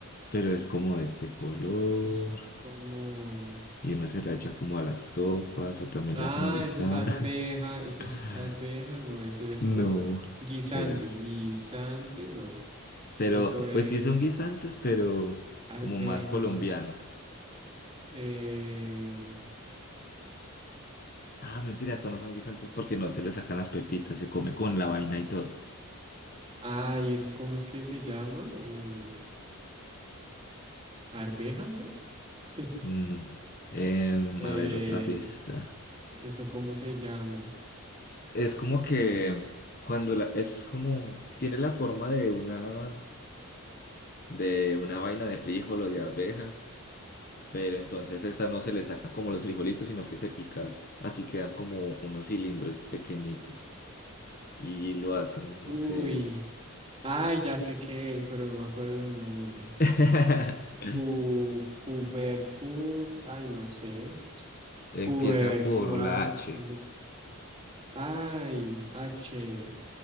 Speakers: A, on the left; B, on the right.
A: pero es como de este color.
B: Eso es como...
A: Y uno se la echa como a las sopas o también
B: Ah,
A: la hacen guisar.
B: eso es arveja, eso
A: <laughs>
B: es arveja, no, eso es
A: No.
B: como guisantes,
A: el-
B: guisantes, no.
A: pero
B: Eso es
A: pues sí son guisantes, pero
B: arveja.
A: como más colombiano.
B: Eh...
A: Ah, mentira, estos no son guisantes porque no se le sacan las pepitas, se come con la vaina y todo.
B: Ah, ¿y eso cómo es que se llama? Uh, arveja, ¿no? <laughs>
A: No. Em,
B: Eh,
A: a ver, otra pista.
B: ¿Eso cómo se llama?
A: Es como que cuando la, es como, tiene la forma de una de una vaina de frijol o de arveja, pero entonces estas no se le sacan como los frijolitos, sino que se pica, así quedan como unos cilindros pequeñitos y lo hacen,
B: Uy.
A: no sé.
B: Ay, ya sé qué es, pero no me acuerdo el nombre.
A: <laughs>
B: Cu, cubercul, ay, no sé.
A: Empieza
B: Cubercuan,
A: por la H.
B: no sé. qué. Ay, H,